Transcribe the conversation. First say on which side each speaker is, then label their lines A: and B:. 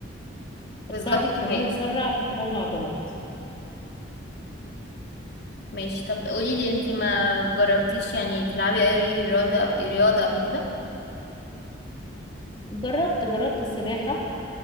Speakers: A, on the left (about 55°); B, on the left (about 25°).
A: بالظبط
B: هتساعدك
A: دي
B: في ان
A: حقيقة
B: هي تسرع نمو العضلات
A: ماشي طب قوليلي انتي ما جربتيش يعني تلعبي اي رياضة رياضة قبل كده
B: جربت جربت السباحة